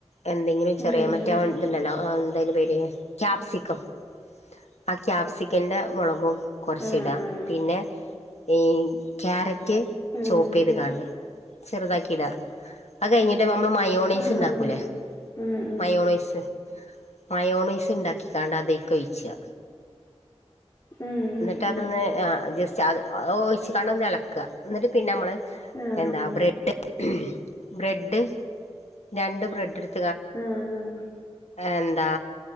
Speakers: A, on the left; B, on the left.
A: എന്തെങ്കിലും ചെറിയാ
B: ആഹ് ആഹ്
A: മറ്റേ ഇതുണ്ടല്ലോ ആ എന്തായിന്റെ പേര്? ക്യാപ്സിക്കം ആ ക്യാപ്സിക്കൻ്റെ മുളകും കുറച്ചിടാ
B: ആഹ് ആഹ് ആഹ്
A: പിന്നെ
B: ആഹ്
A: ഈ ക്യാര റ്റ്
B: ആഹ് ആഹ്
A: ചോപ്പ് ചെയ്ത് കാണ്ട് ചെറുതാക്കിടാ അത് കയിഞ്ഞ് നമ്മള് മയോണൈസ്
B: ആഹ്
A: ഉണ്ടാക്കൂല്ലേ
B: ആഹ്
A: മയോണൈസ്? മയോണയ്സ് ഉണ്ടാക്കിക്കാണ്ട് അതീക്ക് ഒഴിച്ചാ.
B: ആഹ് ആഹ്
A: എന്നിട്ട്
B: ഉം ഉം ഉം
A: അതെന്ന് ആ ജസ്റ്റ് അതൊ ഒഴിച്ച് കണ്ടെന്ന് ഇളക്കാ എന്നിട്ട് പിന്നെ നമ്മൾ
B: ആഹ് ആഹ് ആഹ് ആഹ്
A: എന്താ ബ്രഡ് ബ്രെഡ് രണ്ട് ബ്രെഡ് എടുത്ത്
B: ആ ആ
A: എന്താ